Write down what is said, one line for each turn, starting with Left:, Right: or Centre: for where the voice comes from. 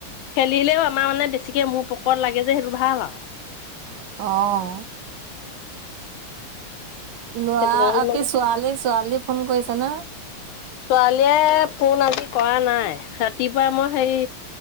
Left: খেলিলেও আমাৰ মানে বেছিকে মোৰ পকত লাগে যে সেইটো ভাল আৰু
Right: আহ লৰা
Left: সেইটো কাৰণে
Right: আ
Left: মানে
Right: ছোৱালী ছোৱালী ফোন কৰিছে না।
Left: ছোৱালীয়ে ফোন আজি কৰা নাই ৰাতিপুৱা মই হেৰি